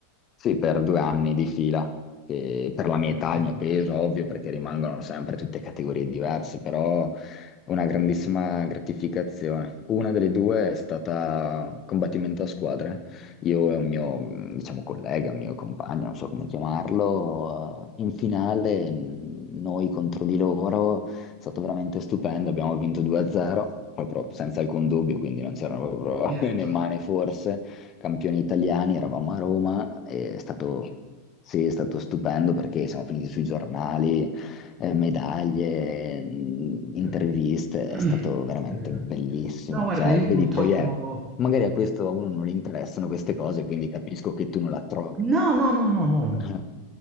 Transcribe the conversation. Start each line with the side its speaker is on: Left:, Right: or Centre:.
Left: Sì, per due anni di fila, che per la mia
Right: Caspita,
Left: età, il mio peso, ovvio, perché rimangono sempre tutte categorie diverse, però una grandissima gratificazione. Una delle due è stata combattimento a squadre. Io e un mio, diciamo, collega, mio compagno, non so come chiamarlo, eh, in finale mh, noi contro di loro, è stato veramente stupendo, abbiamo vinto 2-0, proprio senza alcun dubbio, quindi non c'erano proprio
Right: diretto.
Left: <laughs> né mani forse campioni italiani, eravamo a Roma, e è stato, sì, è stato stupendo perché siamo finiti sui giornali, eh, medaglie, mh, interviste,
Right: Capito. <clears throat>
Left: è stato veramente
Right: Capito.
Left: bellissimo.
Right: No, guarda,
Left: Cioè,
Right: io
Left: vedi,
Right: purtroppo...
Left: poi è, magari a questo a uno non gli interessano queste cose, quindi capisco che tu non la trovi.
Right: No, no, no, no, no.
Left: Mhm,